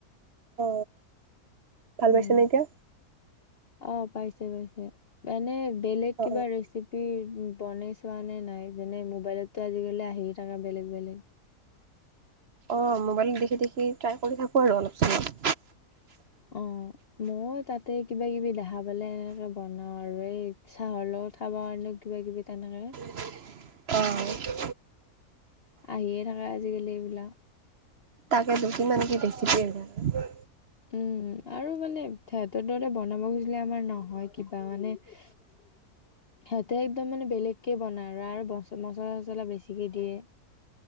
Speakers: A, on the right (about 55°); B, on the left (about 45°).
A: অ ভাল
B: উম,
A: পাইছেনে এতিয়া
B: অ পাইছে পাইছে এনে বেলেগ
A: অ
B: কিবা ৰেচিপি বনে চোৱা নে নাই যেনে মোবাইলতটো আজিকালি আহি থকা বেলেগ বেলেগ।
A: অ মোবাইলত দেখি দেখি ট্ৰাই কৰি থাকো আৰু অলপ চলপ।
B: অৱ। মই তাতে কিবা কিবি দেখা পালে এনেকে বনাও আৰু এই চাহৰ লগত খাব কাৰণে। কিবা কিবি তেনেকে।
A: অৱ।
B: আহিয়ে থাকে আজি কালি এইবিলাক।
A: তাকেতো কিমান কি ৰেচিপি আৰু
B: উম আৰু মানে সিহঁতৰ দ বনাব খুজিলে আমাৰ নহয় কিবা মানে। সিহঁতে একদম মানে বেলেগ কেে বনাই আৰু আৰু মচলা চচলা বেছিকে দিয়ে।